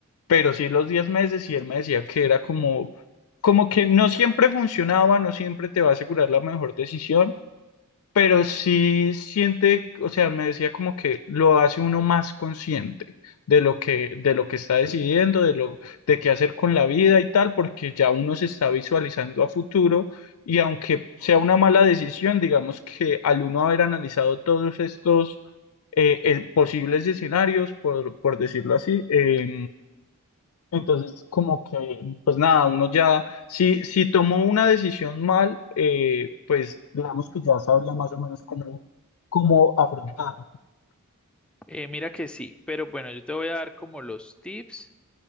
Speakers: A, on the left; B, in the centre.
A: pero sí los 10 meses y él me decía que era como, como que no siempre funcionaba, no siempre te va a asegurar la mejor decisión pero sí siente, o sea, me decía como que lo hace uno más consciente de lo que, de lo que está decidiendo, de lo, de qué hacer con la vida y tal, porque ya uno se está visualizando a futuro y aunque sea una mala decisión, digamos que al uno haber analizado todos estos eh, eh, posibles escenarios, por, por decirlo así, eh, entonces, como que, pues nada, uno ya, si, si tomó una decisión mal, eh, pues digamos que ya sabría más o menos cómo, cómo afrontarlo.
B: Eh, mira que sí, pero bueno, yo te voy a dar como los tips